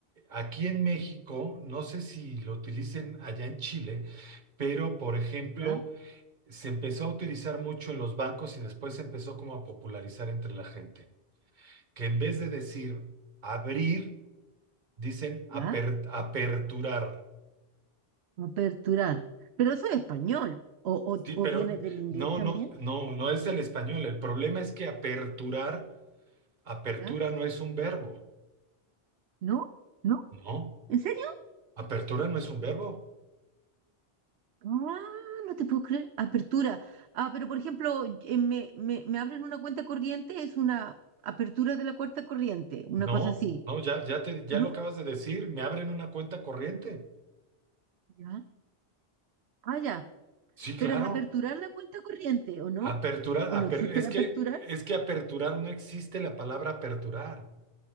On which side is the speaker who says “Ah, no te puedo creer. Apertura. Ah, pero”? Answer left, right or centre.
Right